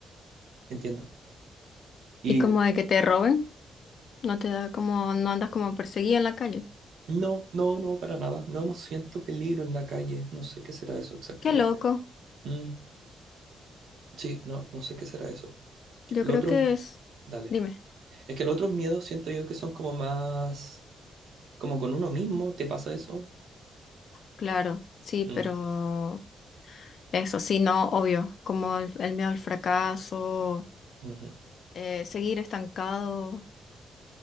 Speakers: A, on the right; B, on the left.
A: entiendo. Y
B: ¿Y como de que te roben? No te da como, no andas como perseguida en la calle.
A: no, no, no, para nada. No, no siento peligro en la calle. No sé qué será eso exactamente.
B: Qué loco.
A: Mm, sí, no, no sé qué será eso.
B: Yo
A: Lo
B: creo
A: otro,
B: que es.
A: dale.
B: Dime.
A: Es que los otros miedos siento yo que son como más, como con uno mismo, ¿te pasa eso?
B: Claro, sí,
A: Mm,
B: pero eso sí, no, obvio. Como el, el miedo al fracaso,
A: ujú.
B: eh, seguir estancado.